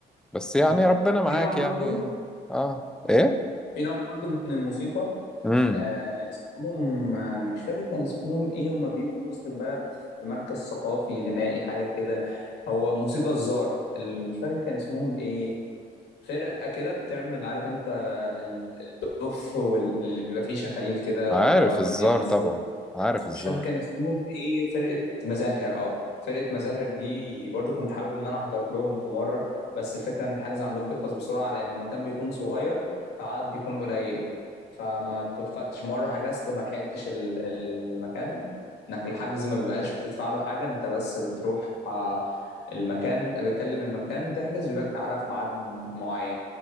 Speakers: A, in the centre; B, on the left (about 80°).
A: بس يعني
B: آه،
A: ربنا معاك
B: في نوع
A: يعني
B: برضو
A: اه ايه
B: في نوع برضو من الموسيقى
A: امم
B: آه، اسمهم آه، مش فاكر كان اسمهم ايه هما بيجوا في وسط البلد في مركز ثقافي غنائي حاجة كده هو موسيقى الزار ال- مش فاكر كان اسمهم ايه فرقة كده بتعمل عارف انت ال- الدف واللي بيبقى فيه شخاليل كده
A: عارف
B: وبيقعد
A: الزار
B: يعمل
A: طبعا
B: صوت
A: عارف الزار
B: مش فاكر كان اسمهم ايه فرقة مزاهر اه فرقة مزاهر دي برضو كنت حابب ان انا احضر لهم في مرة بس الفكرة ان الحجز عندهم بيخلص بسرعة لان المكان بيكون صغير فالعدد بيكون قليل فما توفقتش مرة حجزت وما لحقتش ال- المكان انك الحجز ما بيبقاش بتدفع له حاجة انت بس بتروح آه، المكان بتكلم المكان تحجز يقول لك تعالى في ميعاد معين